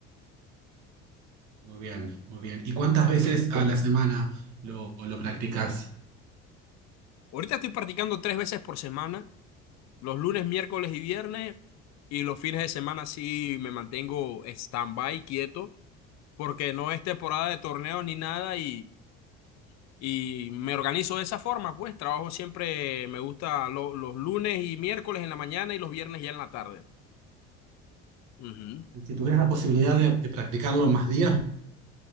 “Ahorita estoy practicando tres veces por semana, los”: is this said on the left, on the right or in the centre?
Left